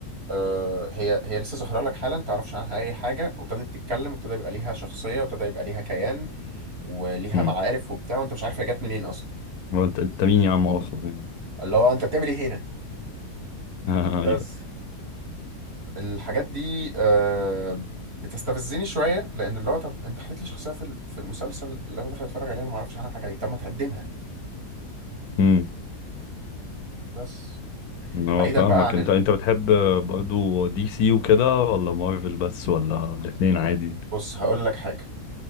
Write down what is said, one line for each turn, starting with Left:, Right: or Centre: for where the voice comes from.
Right: آه، هي هي لسه ظاهرة لك حالا متعرفش عنها أي حاجة وابتدت تتكلم وابتدى يبقى ليها شخصية وابتدى يبقى ليها كيان وليها
Left: امم
Right: معارف وبتاع وأنت مش عارف هي جت منين أصلا
Left: هو أنت أنت مين يا عم أصلا يعني
Right: اللي هو أنت بتعمل إيه هنا
Left: <laughs>
Right: بس
Left: أيوه
Right: الحاجات دي آه، بتستفزني شويه لان اللي هو طب انت حكيت لي شخصيه في ال- في المسلسل اللي انا داخل اتفرج عليها انا ما اعرفش عنها حاجه ليه طب ما تقدمها
Left: امم
Right: بس
Left: هو
Right: بعيدا
Left: فاهمك
Right: بقى عن
Left: أنت
Right: ال...
Left: أنت بتحب برضو دي سي وكده ولا مارفل بس ولا الاتنين عادي
Right: بص هقول لك حاجه